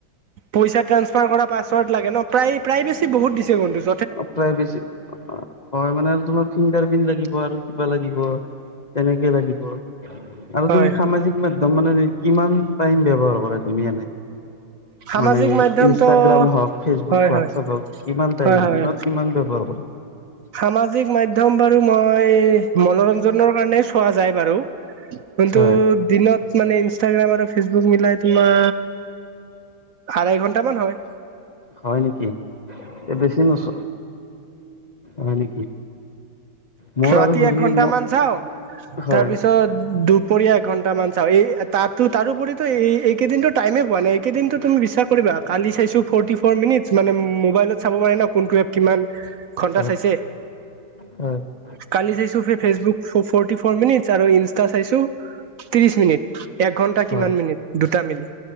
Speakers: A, on the right; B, on the left.
A: পইচা ট্ৰাঞ্চফাৰ কৰা পাছৱৰ্ড লাগে ন'! প্ৰাই, প্ৰাইভেচী বেছি বহুত দিছে বন্ধু।
B: অ'! প্ৰাইভেচী, হয়! মানে, তোমাৰ ফিংগাৰ প্ৰিন্ট লাগিব আৰু কিবা লাগিব, তেনেকে লাগিব। আৰু
A: হয়
B: তুমি সামাজিক মাধ্যম মানে, কিমান টাইম ব্যৱহাৰ কৰা তুমি এনে?
A: সামাজিক
B: মানে,
A: মাধ্যমটো
B: ইনষ্টাগ্ৰাম হওঁক, ফেচবুক
A: হয়
B: হোৱাটছএপ
A: হয়
B: হওঁক, কিমান টাইম?
A: হয় হয়
B: দিনত কিমান ব্যৱহাৰ কৰা?
A: সামাজিক মাধ্যম বাৰু মই মনোৰঞ্জনৰ কাৰণে চোৱা যায় বাৰু। কিন্তু,
B: হয়,
A: দিনত মানে ইনষ্টাগ্ৰাম আৰু ফেচবুক মিলাই তোমাৰ আঢ়াই ঘন্টামান হয়।
B: হয় নেকি এই বেছি নচ। হয় নেকি। মোৰ
A: ৰাতি
B: আৰু ঘূৰি
A: এক ঘন্টা
B: ম
A: মান চাও।
B: হয়,
A: তাৰপিছত দুপৰীয়া এঘন্টামান চাওঁ এই তাত ত' তাৰোপৰিতো এইকেইদিনটো টাইমে পোৱা নাই এইকেইদিনতো তুমি বিশ্বাস কৰিবা কালি চাইছো ফটি ফ' মিনিট। মানে মোবাইলত চাব পাৰে ন কোনটো এপ কিমান। ঘন্টা
B: হয়,
A: চাইছে
B: হয়,
A: কালি চাইছো ফে ফেচবুক। ফৰ্টি ফৰ মিনিট আৰু ইনষ্টা চাইছো ত্ৰিশ মিনিট। এক ঘন্টা কিমান
B: হয়
A: মিনিট দুটা মিলি